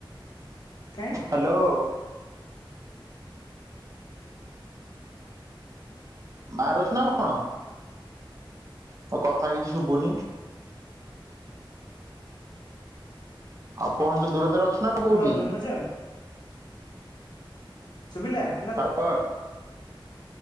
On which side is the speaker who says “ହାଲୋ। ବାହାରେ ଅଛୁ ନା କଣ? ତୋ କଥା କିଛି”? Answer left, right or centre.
Right